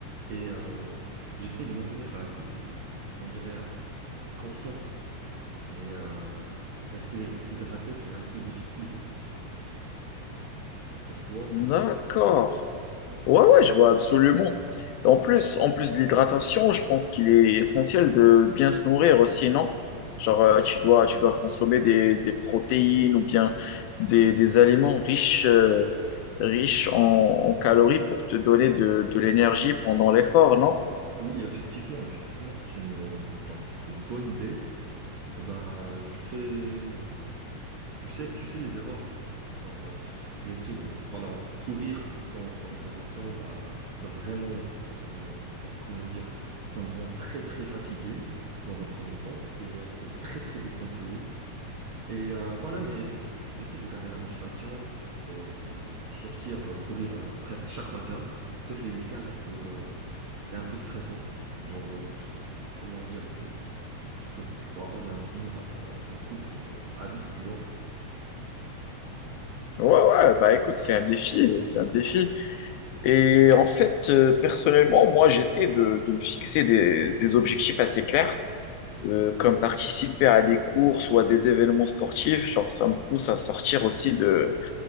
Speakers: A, on the right; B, on the left.
A: et euh, j'essaie de maintenir un rythme, on dirait, euh, constant Mais euh, rester hydraté, c'est un peu difficile. Ah, tu vois?
B: D'accord. Ouais, ouais, je vois absolument. En plus, en plus de l'hydratation, je pense qu'il est essentiel de bien se nourrir aussi, non? Genre, euh, tu dois, tu dois consommer des, des protéines ou bien des, des aliments riches, euh, riches en, en calories pour te donner de, de l'énergie pendant l'effort, non?
A: Oui, effectivement, effectivement, c'est une, euh, genre, c'est une bonne idée. Euh, Bah, je fais, tu sais, tu sais les erreurs. Genre, euh, je vais essayer de, voilà, courir sans, sans hydratation. Là, ça vraiment, une- genre, comment dire, ça me rend très, très fatigué dans un premier temps et euh, c'est très, très déconseillé. Et euh, voilà, mais j- j'essaie de garder la motivation et euh, de sortir euh, courir euh, presque chaque matin, sauf les week-ends parce que euh, c'est un peu stressant. Genre, euh, comment dire, c'est tu peux, tu pourras pas maintenir euh, une course euh, à vie, tu vois.
B: Ouais, ouais, bah écoute, c'est un défi, c'est un défi. Et en fait, euh, personnellement, moi, j'essaie de, de me fixer des, des objectifs assez clairs, euh, comme participer à des courses ou à des événements sportifs. Genre, ça me pousse à sortir aussi de,